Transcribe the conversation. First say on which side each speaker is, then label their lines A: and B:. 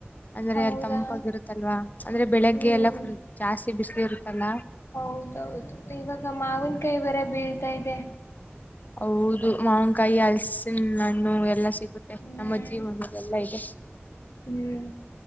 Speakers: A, on the left; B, on the left.
A: ಅಂದ್ರೆ
B: ಹೌದಾ
A: ಅಲ್ಲಿ ತಂಪಾಗಿರುತ್ತಲ್ವಾ ಅಂದ್ರೆ ಬೆಳಿಗ್ಗೆ
B: ಹ್ಮ್
A: ಎಲ್ಲ ಫುಲ್ ಜಾಸ್ತಿ ಬಿಸಿಲುಇರುತ್ತಲ್ಲ.
B: ಹೌದೌದು,. ಇವಾಗ ಮಾವಿನ ಕಾಯಿಬೇರೆ ಬೀಳ್ತಾ ಇದೆ.
A: ಹೌದು, ಮಾವನ್ಕಾಯಿ ಹಲಸಿನ ಹಣ್ಣು ಎಲ್ಲಾ ಸಿ ಆಗುತ್ತೆ
B: ಹ್ಮ್
A: ನಮ್ಮ ಜೀವನದೆಲ್ಲ ಇದೆ <unintelligible>
B: ಹ್ಮ್